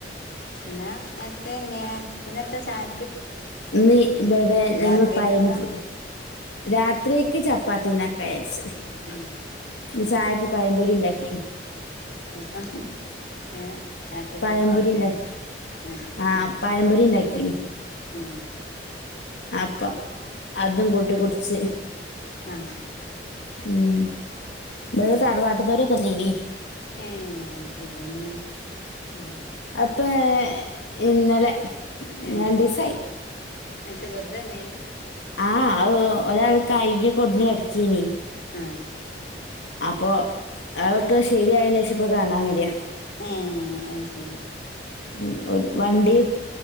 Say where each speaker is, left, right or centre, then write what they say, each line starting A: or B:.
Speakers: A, on the left; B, on the left.
A: പിന്നെത്തെന്നെ പിന്നെത്താ ചായ
B: ഇന്ന് ഇബടെ ഞങ്ങൾ
A: രാത്രിക്കെത്താ
B: പയമ്പ് രാത്രിക്ക് ചപ്പാ പ്പാത്തിണ്ടാക്കരിച്ച്
A: ഉം
B: ഇന്ന് ചായക്ക് പയംപൊരി ഉണ്ടാക്കിനി
A: <unintelligible> ഏഹ് രാത്രക്
B: പഴംപൊരി
A: ചപ്പാത്തി
B: ഉണ്ടായി
A: ആഹ്
B: ആ പഴംപൊരി ഉണ്ടാക്കീന്
A: ഉം
B: അപ്പം അതും കൂട്ടി കുടിച്ച്
A: ആഹ്
B: ഉം ഇബടെ തറവാട്ടിത്തോരൊക്കെന്നീനി
A: ഏഹ് അത് ശരി എന്ന് ഇന്നോ
B: അപ്പ എഹ് ഇന്നലെ
A: എഹ്
B: രണ്ടീസായി
A: എത്തെ വാർതെവന്നെനി
B: ആഹ് ഒരാൾ കൈ കൊടിഞ് കടക്കീനി
A: ആഹ്
B: അപ്പോ അവൾക്ക് ശരിയതിന് ശേഷം ഇപ്പോൾ കാണാൻ വരാ
A: എഹ് അയിശരി
B: ഉം ഒരു വണ്ടി-